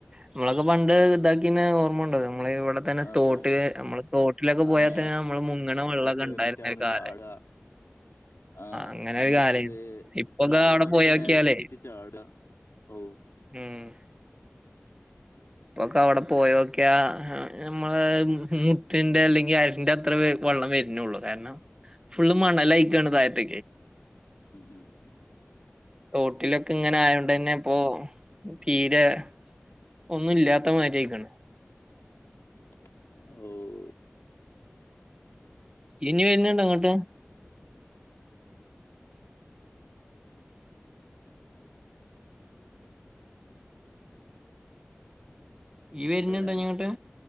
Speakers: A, on the right; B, on the left.
A: നമ്മളൊക്കെ പണ്ട് ഇതാക്കിന് ഓർമ്മുണ്ട നമ്മള് ഇവിടെ തന്നെ
B: അതെ
A: തോട്ടില് നമ്മള് തോട്ടിലൊക്കെ
B: ആ
A: പോയാൽ
B: മേലെ
A: തന്നെ നമ്മള് മുങ്ങണ വെള്ളോക്കെ
B: കേറിട്ട്
A: ഇണ്ടായിരുന്നു
B: അവിടുന്ന്
A: ഒരു കാലം
B: ചാടുക ആഹ്
A: അങ്ങനെ
B: ആ
A: ഒരു
B: മറ്റേ
A: കാലേനു ഇപ്പൊക്കെ
B: പ്ലാവ്ലാൽ
A: അവിടെ
B: മരത്തെ
A: പോയോക്കിയാലേ
B: മേലെകറിയിട്ട് ചാട് അ ഓഹ്
A: ഉം ഇപ്പൊക്കെ അവിടെ പോയോക്കെയ നമ്മള് മുട്ടിന്റെ അല്ലെങ്കി അരിന്റെ അത്ര വെള്ളം വരുന്നുള്ളൂ കാരണം ഫുള്ള് മണലയിക്കാണ്
B: ഉം
A: താഴത്
B: ഉം ഉം
A: തോട്ടിലൊക്കെ ഇങ്ങനെ ആയോണ്ട് തന്നെ ഇപ്പൊ തീരെ ഒന്നും ഇല്ലാത്തമാതിരി യായിക്കാണ്
B: ഓഹ്
A: ഇനിയ എന്നന്നെ അങ്ങോട്ട് ഈ വരുന്ന
B: വരാന്
A: ഉണ്ടോ ഞങ്ങട്ട്